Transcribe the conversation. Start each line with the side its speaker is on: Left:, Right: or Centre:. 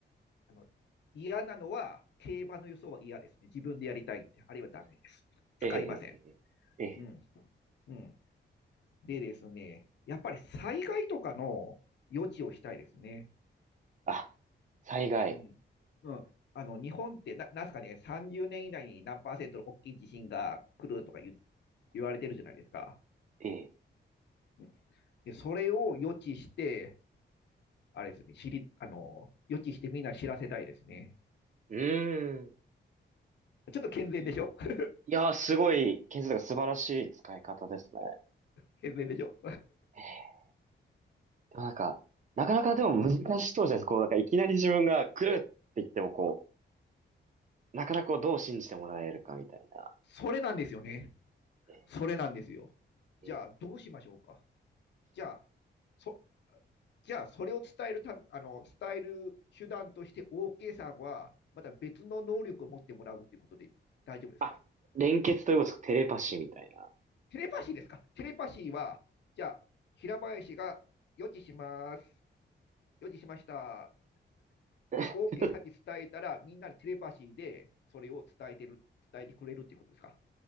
Left: あの、嫌なのは、競馬の予想は嫌ですね。自分でやりたいんで、あるいはダメです。使いません。
Right: ええ、ええ、ええ、ええ
Left: うん。うん。でですね、やっぱり災害とかの予知をしたいですね。
Right: あ、災害。
Left: うん。うん。あの、日本ってな、なんすかね、30年以内に何パーセントの大きい地震が来るとか言、言われてるじゃないですか。
Right: ええ。
Left: うんで、それを予知して、あれですね、知り、あの、予知してみんな知らせたいですね。
Right: うーん。
Left: ちょっと健全でしょ
Right: い、い
Left: <laughs>
Right: やー、すごい、建設が素晴らしい使い方ですね。
Left: 健全でしょ
Right: ええ。でもなんか、なかなかでも難しそうじゃないですか。こう、なんかいきなり自分が来るって言っても、こう、なかなかこうどう信じてもらえるかみたいな。
Left: それなんですよね。
Right: え
Left: それなんですよ。じゃあ、
Right: え
Left: どうしましょうか。じゃあ、そじゃあ、それを伝えるたあの、伝える手段として OK さんは、また別の能力を持ってもらうっていうことで大丈夫ですか
Right: あ、連結ということですか、テレパシーみたいな。
Left: テレパシーですかテレパシーは、じゃあ、平林が予知します。予知しました。
Right: <laughs>
Left: で、OK さんに伝えたら、みんなにテレパシーでそれを伝えてる、伝えてくれるってことですか